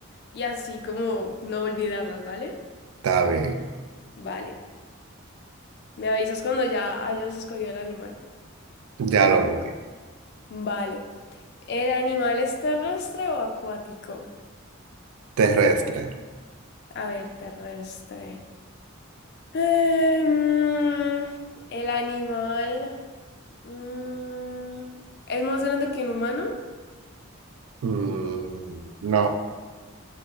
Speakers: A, on the left (about 50°); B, on the right (about 80°).
A: y así como no olvidarlas, ¿vale?
B: Está bien,
A: Vale. Me avisas cuando ya hayas escogido el animal.
B: ya lo voy.
A: Vale. ¿El animal es terrestre o acuático?
B: Terrestre.
A: A ver, terrestre. Em, el animal mm, es más grande que un humano.
B: Mm, no,